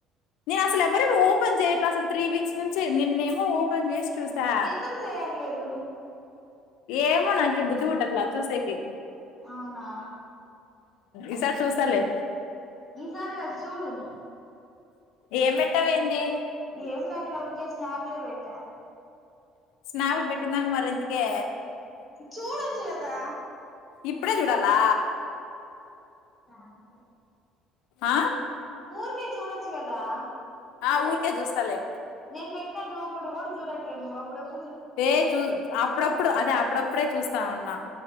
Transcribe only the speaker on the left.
నేను అసలు ఎవరివి ఓపెన్ చేయట్లే అసలు త్రీ వీక్స్ నుంచి నిన్నేమో ఓ పెన్ జేసి చూసా
ఏమో నాకి బుద్ధి పుట్టట్లె అది చూసెకి
ఇసారి చూస్తాలే
ఏం పెట్టావేంది
స్నాప్ పెట్టనిదానికి మరెందుకే
ఇప్పుడే చూడాలా
ఆ
ఆ ఊరికే చూస్తాలే
ఏ చూ అప్పుడప్పుడు అదే అప్పుడప్పుడే చూస్తా ఉన్నా